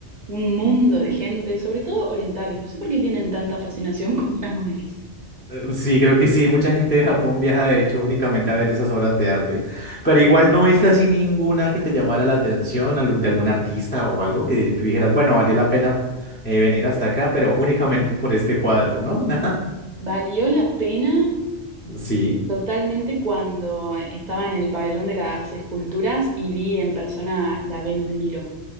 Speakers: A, on the right; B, on the left.
A: un mundo de gente, sobre todo orientales. No sé por qué tienen tanta fascinación <laughs> con la Mona Lisa.
B: Eh, Sí, creo que sí. Mucha gente de Japón viaja, de hecho, únicamente a ver esas obras de arte. Pero
A: Sí.
B: igual no viste así ninguna que te llamara la atención, algú- de algún artista o algo que tú dijeras, bueno, valió la pena eh, venir hasta acá, pero únicamente por este cuadro, ¿no? <laughs> Nada.
A: Valió la pena
B: Sí.
A: Totalmente cuando estaba en el pabellón de las esculturas y vi en persona la Venus de Milo.